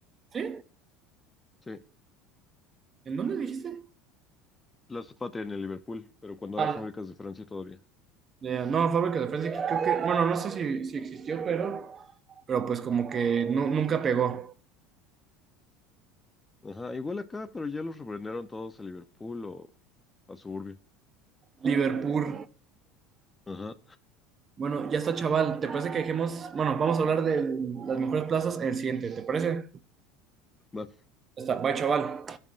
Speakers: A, on the right; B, on the left.
A: ¿sí?
B: Sí,
A: ¿En dónde dijiste?
B: La Patria en el Liverpool, pero cuando
A: Ah,
B: era Fábricas de Francia todavía.
A: ya. no, fábrica de Francia, que creo que, bueno, no sé si, si existió, pero, pero pues como que no, nunca pegó.
B: Ajá, igual acá, pero ya los reprendieron todos a Liverpool o a Suburbia.
A: Liverpool.
B: Ajá.
A: Bueno, ya está, chaval. ¿Te parece que dejemos? Bueno, vamos a hablar de las mejores plazas en el siguiente, ¿te parece?
B: Va
A: Ya está, bye, chaval.